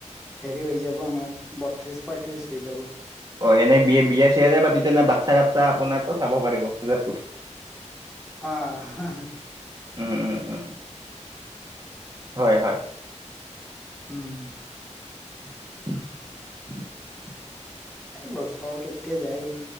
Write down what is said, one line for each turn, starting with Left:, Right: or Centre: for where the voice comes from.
Centre: হেৰি হৈ যাব আমাৰ বত্ৰিছ পঁয়ত্ৰিছ হৈ যাব।
Right: অ' এনেই বিয় বিয়া চিয়া পাতি তেনে বাচ্ছা বাচ্ছা আপোনাক চাব পাৰিব। পূজাতটো
Centre: আহ।
Right: উম উম উম হয় হয়।
Centre: উম
Right: <unintelligible>
Centre: এই বছৰ কেইটা যায়